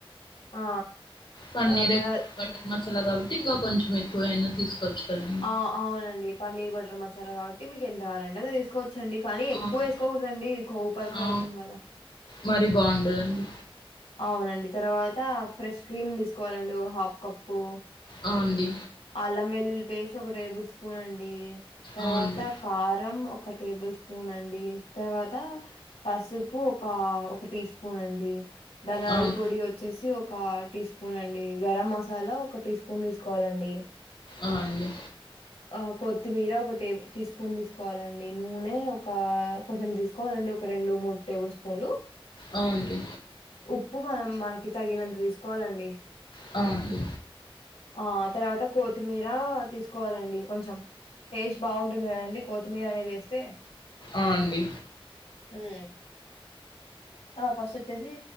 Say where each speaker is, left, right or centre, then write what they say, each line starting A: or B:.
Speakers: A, on the left (about 85°); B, on the left (about 50°).
A: ఆ
B: పన్నీర్
A: ఆ, మన
B: బటర్ మసాలా కాబట్టి ఇంకా కొంచెం ఎక్కువ అయినా తీసుకోవచ్చు కదా
A: ఆ! అవునండి పన్నీర్ బటర్ మసాలా కాబట్టి మీకు ఎంతగావాలంటే అంత తీసుకోవచ్చండి కానీ ఎక్కువేసుకోకూడదండి
B: అవును
A: కొవ్వు పదార్థం
B: ఆ
A: కదా?
B: మరి బాగుండదాండి.
A: అవునండి తర్వాత ఫ్రెష్ క్రీమ్ తీసుకోవాలండి ఒక హాఫ్ కప్పు.
B: అవునండి
A: అల్లం వెల్లుల్లి పేస్ట్ ఒక టేబుల్ స్పూన్ అండి తర్వాత
B: ఆ అండి
A: కారం ఒక టేబుల్ స్పూన్ అండి తర్వాత పసుపు ఒక ఒక టీ స్పూన్ అండి ధనియాల
B: అవును
A: పొడి వచ్చేసి ఒక టీ స్పూన్ అండి గరం మసాలా ఒక టీ స్పూన్ తీసుకోవాలండి.
B: అవునండి
A: ఆ కొత్తిమీర ఒక టే టీ స్పూన్ తీసుకోవాలండి. నూనె ఒక కొంచెం తీసుకో వాలండి ఒక రెండు మూడు టేబుల్ స్పూన్లు.
B: అవునండి
A: ఉప్పు మనం మనకి తగినంత తీసుకోవాలండి.
B: హాహ్
A: ఆ తర్వాత కోతిమీరా తీసుకోవాలండి కొంచెం. టేస్ట్ బాగుంటంది కదండి కోతిమీరానేది వేస్తే
B: ఆ అండి
A: మ్ ఆ ఫస్ట్ వచ్చేసి